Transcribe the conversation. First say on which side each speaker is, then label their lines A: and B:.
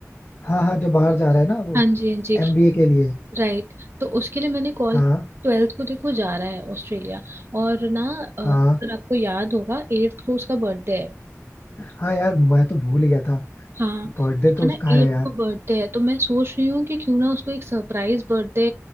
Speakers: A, on the left (about 45°); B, on the right (about 50°).
A: हाँ हाँ जो बाहर जा रहा है ना वो
B: हाँ जी हाँ जी
A: एमबीए के लिए
B: राइट तो उसके लिए मैंने कॉल
A: हाँ
B: ट्वेल्थ को देखो जा रहा है ऑस्ट्रेलिया और ना अ,
A: हाँ
B: अगर आपको याद होगा एट्थ को उसका बर्थडे है
A: हाँ यार मैं तो भूल गया था
B: हाँ
A: बर्थडे तो
B: है
A: उसका
B: ना एट
A: है यार
B: को बर्थडे है तो मैं सोच रही हूँ कि क्यों ना उसको एक सरप्राइज बर्थडे